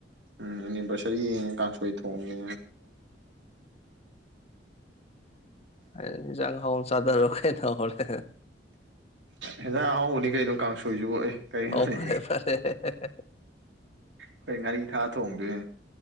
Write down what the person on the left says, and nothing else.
ꯏꯟꯖꯥꯡ ꯍꯥꯎꯟ ꯆꯗꯔꯣ ꯀꯩꯗꯧꯔ‌ꯦ
ꯑꯣ ꯐꯔꯦ ꯐꯔꯦ ꯑ